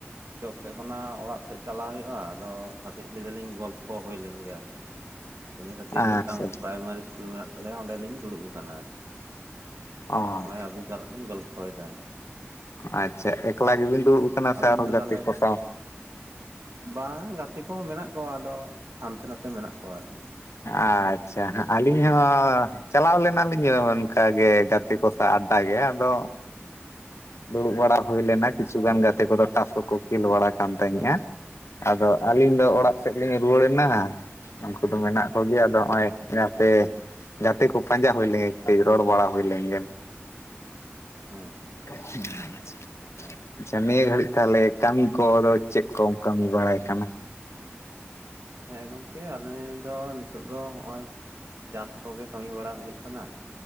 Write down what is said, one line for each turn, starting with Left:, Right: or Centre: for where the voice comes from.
Right: ᱪᱚᱠ ᱥᱮᱫ ᱠᱷᱚᱱᱟᱜ ᱚᱲᱟᱜ ᱥᱮᱡ ᱪᱟᱞᱟᱣ ᱦᱳᱭᱳᱜ-ᱟ ᱟᱫᱚ ᱠᱟᱴᱤᱡ ᱞᱟᱹᱭ ᱫᱟᱹᱞᱤᱧ ᱜᱚᱞᱯᱷᱚ ᱦᱳᱭ ᱞᱮᱱ ᱜᱮ ᱟᱨᱠᱤ ᱤᱱᱟᱹ ᱠᱷᱟᱹᱛᱤᱨ
Left: ᱟᱪᱪᱷᱟ
Right: ᱢᱤᱫᱴᱟᱝ ᱯᱨᱟᱭᱢᱟᱨᱤ ᱤᱥᱠᱩᱞ ᱢᱮᱱᱟᱜ ᱛᱟᱞᱮᱭᱟ ᱚᱸᱰᱮᱞᱤᱧ ᱫᱩᱲᱩᱵ ᱠᱟᱱᱟ ᱟᱨᱠᱤ
Left: ᱚ
Right: <unintelligible> ᱟᱹᱵᱤᱱ ᱥᱟᱞᱟᱜ ᱞᱤᱧ ᱜᱚᱞ ᱯᱚᱭᱫᱟ ᱟᱨᱠᱤ
Left: ᱟᱪᱪᱷᱟ ᱮᱠᱞᱟ ᱜᱮᱵᱤᱱ ᱫᱩᱲᱩᱵ ᱠᱟᱱᱟ
Right: ᱟᱹᱵᱤᱱ
Left: ᱥᱮ ᱟᱨᱦᱚᱸ
Right: ᱫᱚ
Left: ᱜᱟᱛᱮ
Right: ᱛᱟᱦᱚᱞᱮ
Left: ᱠᱚ
Right: ᱜᱚᱝᱠᱮ
Left: ᱥᱟᱶ?
Right: ᱵᱟᱝ ᱜᱟᱛᱮ ᱠᱚᱦᱚᱸ ᱢᱮᱱᱟᱜ ᱠᱚᱣᱟ ᱟᱫᱚ ᱦᱟᱱᱛᱮ ᱱᱟᱛᱮ ᱢᱮᱱᱟᱜ ᱠᱚᱣᱟ ᱟᱨᱠᱤ
Left: ᱟᱪᱪᱷᱟ ᱟᱹᱞᱤᱧ
Right: ᱦᱮᱸ
Left: ᱦᱚᱸ ᱪᱟᱞᱟᱣ ᱞᱮᱱᱟᱞᱤᱧ ᱚᱱᱠᱟᱜᱮ ᱜᱟᱛᱮ ᱠᱚ ᱥᱟᱶ ᱟᱰᱰᱟ ᱜᱮ ᱟᱫᱚ ᱫᱩᱲᱩᱵ ᱵᱟᱲᱟ ᱦᱩᱭ ᱞᱮᱱᱟ ᱠᱤᱪᱷᱩᱜᱟᱱ
Right: ᱦᱩᱸ ᱦᱩᱸ
Left: ᱜᱟᱛᱮ ᱠᱚᱫᱚ ᱴᱟᱥ ᱠᱚ ᱠᱚ ᱠᱷᱮᱞ ᱵᱟᱲᱟ ᱠᱟᱱ ᱛᱟᱦᱮᱸᱜᱼᱟ ᱾ ᱟᱫᱚ ᱟᱹᱞᱤᱧ ᱫᱚ
Right: ᱦᱩᱸ
Left: ᱚᱲᱟᱜ ᱥᱮᱫ ᱞᱤᱧ ᱨᱩᱣᱟᱹᱲᱱᱟ ᱩᱱᱠᱩ ᱫᱚ ᱢᱮᱱᱟᱜ ᱠᱚᱜᱮᱭᱟ
Right: ᱦᱩᱸ
Left: ᱟᱫᱚ ᱱᱚᱜᱼᱚᱭ ᱦᱟᱯᱮ ᱜᱟᱛᱮ ᱠᱚ ᱯᱟᱸᱡᱟ ᱦᱩᱭ ᱞᱮᱱᱜᱮ
Right: ᱦᱩᱸ
Left: ᱠᱟᱹᱡ ᱨᱚᱲ ᱵᱟᱲᱟ ᱦᱩᱭ ᱞᱮᱱᱜᱮ ᱾
Right: ᱦᱮᱸ ᱦᱮᱸ
Left: <unintelligible>
Right: ᱟᱪᱪᱷᱟ ᱦᱮᱸ
Left: ᱱᱤᱭᱟᱹ ᱜᱷᱟᱹᱲᱤᱡ ᱛᱟᱦᱚᱞᱮ ᱠᱟᱢᱤ ᱠᱚᱫᱚ ᱪᱮᱫ ᱠᱚᱢ ᱠᱟᱹᱢᱤ ᱵᱟᱲᱟᱭ ᱠᱟᱱᱟ?
Right: ᱦᱮᱸ ᱜᱚᱝᱠᱮ ᱟᱞᱮ ᱫᱚ ᱱᱤᱛᱚᱜ ᱫᱚ ᱦᱚᱜ-ᱚᱭ ᱪᱟᱥ ᱠᱚᱜᱮ ᱠᱟᱹᱢᱤ ᱵᱟᱲᱟ ᱦᱩᱭᱩᱜ ᱠᱟᱱᱟ ᱾